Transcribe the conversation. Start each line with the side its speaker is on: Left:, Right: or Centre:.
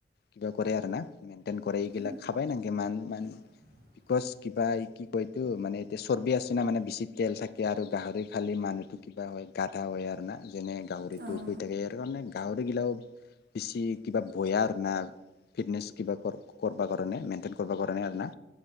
Left: কিবা কৰে আৰু না মেইনটেইন কৰে, এইগিলাক
Right: উম,
Left: খাবাই নাংগে মান-মান
Right: <unintelligible>
Left: বিকজ কিবা এই কি কয়তো মানে এতিয়া চৰ্বি আছে না মানে বেছি তেল থাকে আৰু গাহৰি খালে মানুহটো কিবা হয়, গাধা হয়, আৰু না যেনে গাহৰিটো
Right: অঁ
Left: শুই থাকে আৰু মানে গাহৰিগিলাও বেছি কিবা বয়াৰ না ফিটনেছ কিবা কৰ-কৰবা কাৰণে মেইনটেইন কৰবা কাৰণে আৰু না।